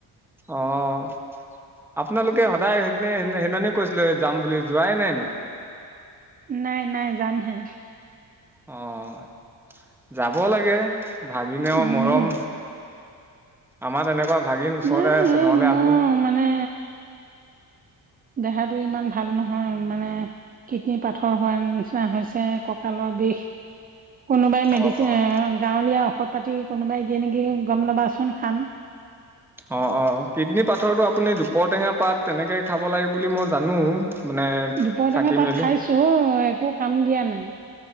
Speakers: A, in the centre; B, on the right (about 25°).
A: অঁ আপোনালোকে
B: উম,
A: সদায় সেইপিনে সেইদি কৈছিলো যাম বুলি যোৱাই নাই নিকি!
B: নাই নাই যামহে।
A: অঁ যাব লাগে ভাগনেও
B: উম
A: মৰম। আমাৰ তেনেকুৱা ভাগিন ওচৰতে
B: নাই
A: আছে
B: এই
A: নহলে
B: মোৰ
A: আমি
B: মানে দেহাটো ইমান ভাল নহয় মানে কডনী পাথৰ হোৱাৰ নিচিনা হৈছে কঁকালৰ বিষ কোনোবাই মেডিচিন
A: অ', অ',
B: গাঁৱলীয়া ঔষধ পাতি কোনোবাই দিয়ে নেকি গম ল'বাচোন খাম।
A: অঁ অঁ কিডনী পাথৰটো আপুনি দুপৰটেঙা পাত তেনেকে খাব লাগে বুলি মই জানো। মানে
B: দুপৰটেঙা
A: চাকি
B: পাত
A: মেলি
B: খাইছোঁ, একো কাম দিয়া নাই।